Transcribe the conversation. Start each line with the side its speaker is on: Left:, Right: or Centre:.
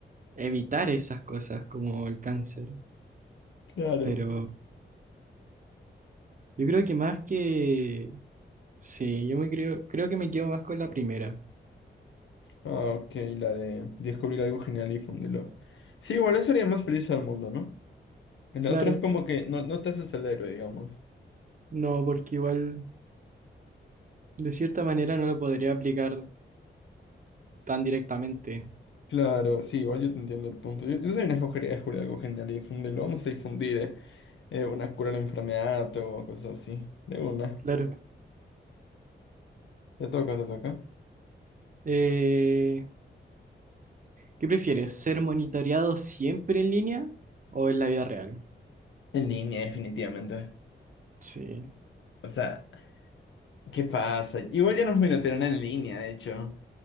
Right: evitar esas cosas como el cáncer.
Left: Claro.
Right: Pero yo creo que más que... Sí, yo me creo, creo que me quedo más con la primera.
Left: Ah, ok, la de descubrir algo genial y difundirlo. Sí, igual eso haría más feliz al mundo, ¿no? El
Right: Claro.
Left: otro es como que no, no te haces el héroe, digamos.
Right: No, porque igual de cierta manera no lo podría aplicar tan directamente.
Left: Claro, sí, igual yo te entiendo el punto. Yo, yo también escogería descubrir algo genial y difundirlo. Vamos a difundir eh, eh, una cura a la enfermedad o cosas así. De una.
Right: Claro.
Left: Te toca, te toca.
Right: Eh, ¿qué prefieres? ¿Ser monitoreado siempre en línea o en la vida real?
Left: En línea, definitivamente.
Right: Sí.
Left: O sea, ¿qué pasa? Igual ya nos minotearon en línea, de hecho.